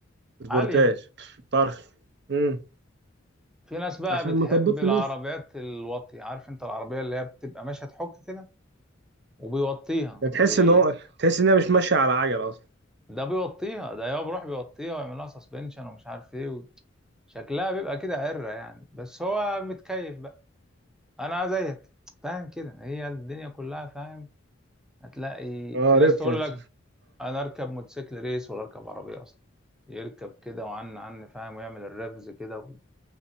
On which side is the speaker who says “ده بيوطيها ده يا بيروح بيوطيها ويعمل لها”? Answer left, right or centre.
Centre